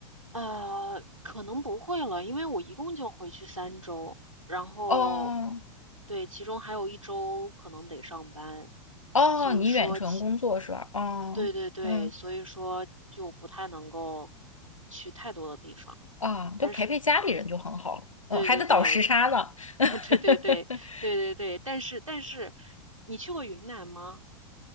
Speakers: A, on the right; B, on the left.
A: 呃，可能不会了，因为我一共就回去三周，然后
B: 哦
A: 对，其中还有一周可能得上班，
B: 哦，
A: 所以说其，
B: 你远程工作是吧？哦，
A: 对对对，
B: 嗯。
A: 所以说就不太能够去太多的地方。
B: 啊，
A: 但是，
B: 就陪陪家里人就很好了。嗯，
A: 对对对，
B: 还得倒时差呢。<laughs>
A: <laughs> 对对对，对对对，但是但是，你去过云南吗？